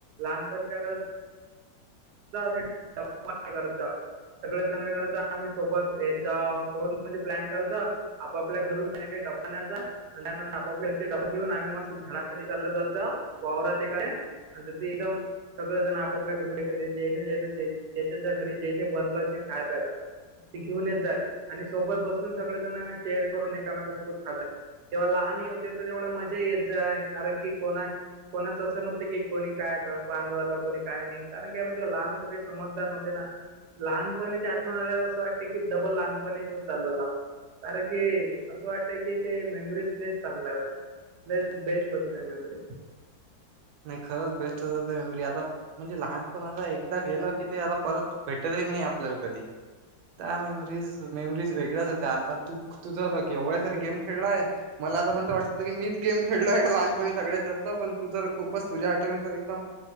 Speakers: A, on the right; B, on the right.
A: लहानपणी काय करत <inaudible> सगळेजण काय करत आम्ही सोबत येत जाव सोबत म्हणजे प्लॅन करत जाव आपापल्या घरून काही काही डब्बा आणायचा आणि त्यानंतर <unintelligible> डब्बा घेऊन आम्ही मस्त झाडाखाली चाललं जात जाव वावरात <unintelligible> सगळेजण आपापल्या घरून <unintelligible> जे जे बनलं असेन खाय प्यायचं. ते घेऊन येत जात आणि सोबत बसून सगळेजण शेअर करून एकामेकासोबत <unintelligible> तेव्हा लहानही होते तर एवढं मजा येत जाय कारण की कोणा कोणाचच नव्हते की कोणी काय पांडवला कोणी काय नाही, कारण की आम्ही तेव्हा लहान होतो काही समजदार नव्हते ना. लहानपणीची आठवण आल्यावर असं वाटतं की डबल लहानपणीच चाललं जाव. कारण की असं वाटतंय की ते मेमरीज लयच चांगल्या होत्या. लय बेस्ट होत्या त्या मेमरीज.
B: नाही खरंच बेस्टच होत्या मेमरी आता म्हणजे लहानपण असं एकदा गेलं की ते आता परत भेटतही नाही आपल्याला कधी. त्या मेमरीज मेमरीज वेगळ्याच होत्या आता तू तुझं बघ की एवढ्या
A: हम्म
B: सारं गेम खेळलाय मला आतापर्यंत वाटतं की मीच गेम खेळलो आहे का लहानपणी सगळ्यात जास्त? पण तू तर खूप बस
A: हम्म.
B: तुझ्या आठवणी तर एकदम